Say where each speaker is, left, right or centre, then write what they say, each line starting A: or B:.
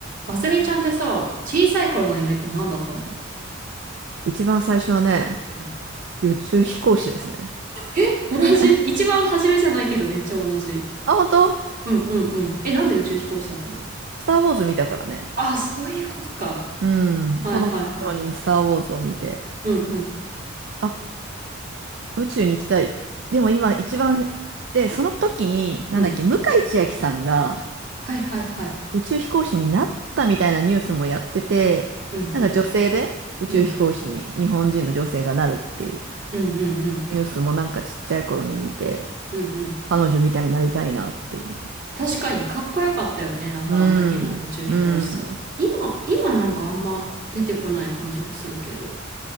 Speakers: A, on the right; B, on the right.
A: マスミちゃんってさ、小さい頃の夢って何だったの
B: 一番最初はね、
A: うん
B: 宇宙飛行士ですね。
A: え、
B: <laughs>
A: 同じ。一番初めじゃないけどめっちゃ同じ。
B: あ、本当
A: うんうんうん。え、なんで宇宙飛行士だったの
B: スター・ウォーズ見たからね。
A: ああ、そういうことか。
B: うん。
A: はいはいはい。
B: 子供の頃にスター・ウォーズを見て、
A: うんうん
B: あ、宇宙に行きたい。でも今一番、で、その時に、なんだっけ、
A: うん。
B: 向井千秋さんが
A: はいはいはい。
B: 宇宙飛行士になったみたいなニュースもやってて、
A: うんうん。
B: なんか女性で宇宙飛行士に日本人の女性がなるっていう
A: うんうん。うんうんうん。
B: ニュースもなんかちっちゃい頃に見て、
A: うんうん。
B: 彼女みたいになりたいなっていう。
A: 確かにかっこよかったよね。なんかあの時の宇宙飛行士さん。
B: うん。うん。
A: 今、今なんかあんま出てこない感じがするけど。